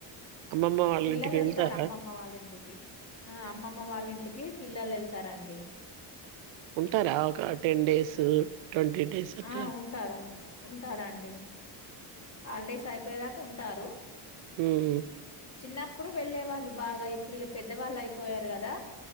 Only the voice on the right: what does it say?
అమ్మమ్మ వాళ్ళ
ఇంటికి
వెళ్తారా
ఉంటారా ఒక టెన్ డేస్ ట్వంటీ డేస్ అట్లా
ఉమ్